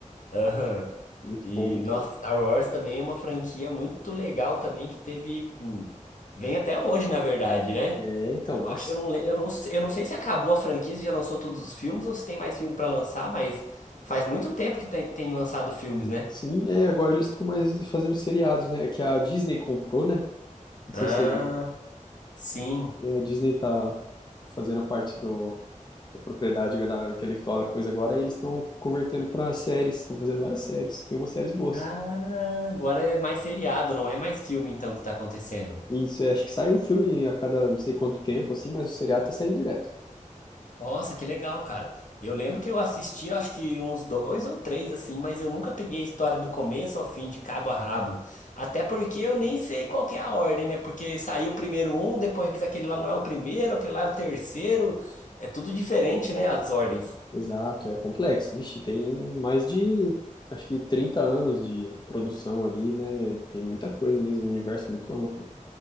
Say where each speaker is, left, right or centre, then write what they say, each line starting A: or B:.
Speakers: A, on the left; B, on the left.
A: Aham.
B: Muito
A: E,
B: bom, muito
A: nossa,
B: bom.
A: Star Wars também é uma franquia muito legal também que teve. hum, Vem até hoje, na verdade, né?
B: É, então,
A: Eu
B: nossa,
A: acho, eu não, le- eu não, sei- eu não sei se acabou a franquia, se já lançou todos os filmes ou se tem mais filme pra lançar, mas faz muito tempo que tem, tem lançado filmes, né?
B: Sim, é, agora eles estão mais fazendo seriados, né? É Que a Disney comprou, né? Não
A: Ah,
B: sei se você viu.
A: sim.
B: É, a Disney tá fazendo parte do, da propriedade da intelectual da coisa agora, e eles estão convertendo para séries, estão fazendo várias séries, tem umas séries boas.
A: Ah, agora é mais seriado, não é mais filme então que tá acontecendo.
B: E isso, é, acho que sai um filme a cada não sei quanto tempo, assim, mas o seriado tá saindo direto.
A: Nossa, que legal, cara. Eu lembro que eu assisti, acho que uns dois ou três assim, mas eu nunca peguei a história do começo ao fim, de cabo a rabo. Até porque eu nem sei qual que é a ordem, né? Porque saiu primeiro um, depois aquele lá não é o primeiro, aquele lá é o terceiro. É tudo diferente, né? As ordens.
B: Exato, é complexo. Vixe, tem mais de, acho que 30 anos de produção ali, né? Tem muita coisa mesmo, um universo muito amplo.